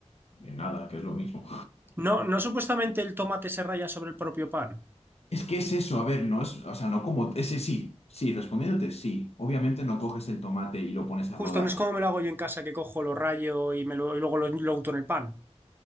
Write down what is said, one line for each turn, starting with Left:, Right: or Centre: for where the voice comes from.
Left: de nada, que es lo mismo.
Right: No, no supuestamente el tomate se raya sobre el propio pan.
Left: Es que es eso, a ver, no es, o sea, no como, ese sí, sí, respondiéndote, sí. Obviamente no coges el tomate y lo pones a
Right: Justo,
Left: rodajas.
Right: no es como me lo hago yo en casa, que cojo, lo rayo y, me lo, y luego lo, lo unto en el pan.